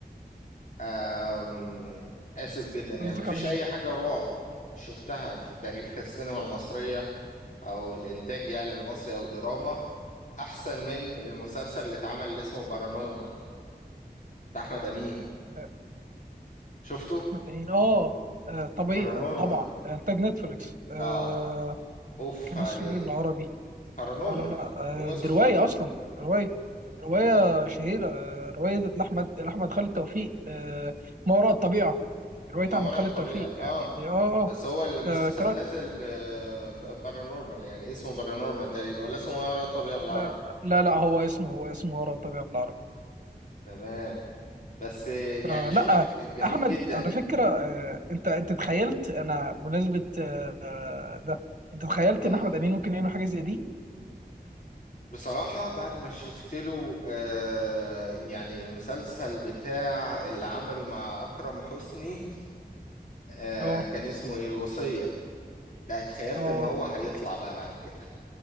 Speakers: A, on the left (about 50°); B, on the right (about 50°).
A: آم، اسف جدا يعني
B: قصدك
A: ما فيش
B: على مين
A: اي حاجة رعب شفتها في تاريخ السينما المصرية او الانتاج يعني المصري او الدراما احسن من المسلسل اللي اتعمل اللي اسمه بارانورمال بتاع احمد امين
B: آه،
A: شفته
B: احمد عين اه آه، طبيعي
A: بارانورمال
B: طبعا آه، انتاج نتفليكس آه
A: اه اوف
B: كان
A: عليه
B: اسمه ايه بالعربي
A: بارانورمال
B: اه لا لا
A: هو
B: آه، دي
A: اسمه
B: رواية
A: بر...
B: أصلا رواية رواية شهيرة آه، رواية لأحمد لأحمد خالد توفيق آه، ما وراء الطبيعة رواية
A: ما
B: أحمد
A: وراء
B: خالد
A: الطبيعة
B: توفيق
A: اه
B: يعني دي آه
A: بس هو المسلسل
B: آه آه، قرأت
A: نزل ب... بارانورمال يعني اسمه بارانورمال تقريبا ولا اسمه ما وراء الطبيعة بالعربي
B: لا لا لا هو اسمه هو اسمه ما وراء الطبيعة بالعربي
A: تمام بس آه، يعني
B: فلا
A: شفت
B: آه،
A: ك- جميل
B: أحمد
A: جدا
B: على فكرة آه، أنت أنت تخيلت أنا بمناسبة آه، آه، ده أنت تخيلت
A: اه
B: إن أحمد أمين ممكن يعمل حاجة زي دي؟
A: بصراحة بعد ما شفت له آه يعني المسلسل بتاع اللي عمله مع أكرم حسني آه
B: آه
A: كان اسمه ايه الوصية لا اتخيلت
B: آه
A: ان هو هيطلع بقى بعد كده